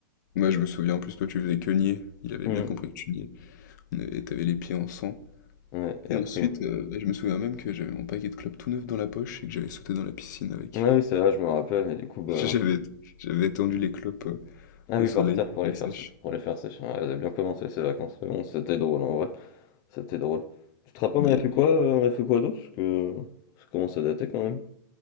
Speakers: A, on the left; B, on the left.
A: Moi, je me souviens, en plus, toi, tu faisais que nier. Il avait
B: Mmh.
A: bien compris que tu niais. On avait- Et T'avais les pieds en sang.
B: Ouais. Et
A: Et
B: après,
A: ensuite, euh, ouais, je me souviens même que j'avais mon paquet de clopes tout neuf dans la poche et que j'avais sauté dans la piscine avec.
B: ah oui, c'est vrai, je me rappelle. Et du coup,
A: <laughs>
B: bah,
A: J'avais, j'avais tendu les clopes euh,
B: ah
A: au
B: oui,
A: soleil,
B: par terre pour
A: qu'elles
B: les faire,
A: sèchent.
B: se- pour les faire sécher. Ouais, elles avaient bien commencé ces vacances, mais bon, c'était drôle en vrai. C'était drôle. Tu te rappelles,
A: Mais,
B: on avait fait quoi, heu, on a fait quoi d'autre? Parce que ça commence à dater quand même.